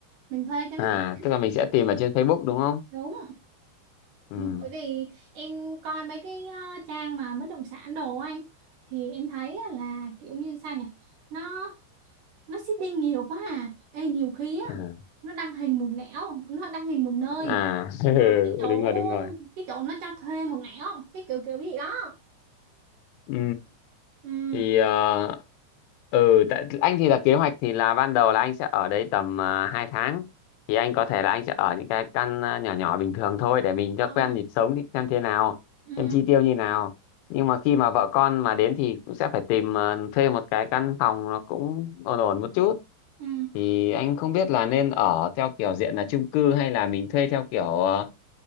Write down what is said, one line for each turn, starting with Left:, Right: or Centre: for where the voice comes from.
Right: mình thuê cho
Left: À,
Right: nó tiện
Left: tức là mình sẽ tìm ở trên Facebook đúng không?
Right: đúng
Left: Ừ.
Right: bởi vì em coi mấy cái ờ, trang mà bất động sản đồ anh thì em thấy á là kiểu như sao nhỉ nó nó seeding nhiều quá à Ê, nhiều khi á
Left: À,
Right: nó đăng hình một nẻo nó đăng hình một nơi
Left: à <laughs> ừ,
Right: mà cái chỗ
Left: đúng rồi, đúng rồi.
Right: cái chỗ nó cho thuê một nẻo cái kiểu kiểu gì đó
Left: Ừ.
Right: ừ
Left: thì ờ, ừ tại anh thì là kế hoạch thì là ban đầu là anh sẽ ở đấy tầm uh, 2 tháng thì anh có thể là anh sẽ ở những cái căn ờ, nhỏ nhỏ bình thường thôi để mình
Right: ờ,
Left: cho quen nhịp sống thì xem thế nào
Right: ừ
Left: xem chi tiêu như nào nhưng mà khi mà vợ con mà đến thì cũng sẽ phải tìm ờ, thuê một cái căn phòng nó cũng ổn ổn một chút
Right: ừ
Left: thì anh không biết là nên ở theo kiểu diện là chung cư hay là mình thuê theo kiểu ờ,